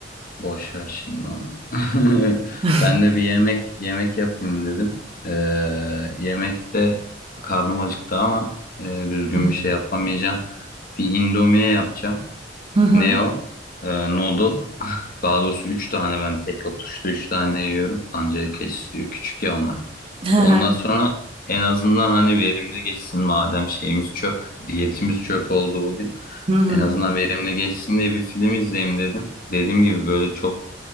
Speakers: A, on the left; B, on the right.
A: Boş ver şimdi onu. <laughs>
B: <laughs>
A: Ben de bir yemek yemek yapayım dedim. Ee, yemekte karnım acıktı ama e, düzgün
B: Hı hı.
A: bir şey yapamayacağım. Bir indomie yapacağım.
B: Hı hı.
A: Neo, o? Ee, noodle. <laughs> Daha doğrusu 3 tane ben tek oturuşta 3 tane yiyorum. Ancak kesiyor. Küçük ya onlar.
B: Hı
A: Ondan
B: hı.
A: sonra en azından hani verimli geçsin madem şeyimiz çöp. Diyetimiz çöp oldu bugün.
B: Hı hı.
A: En azından verimli geçsin diye bir film izleyeyim dedim. Dediğim gibi böyle çok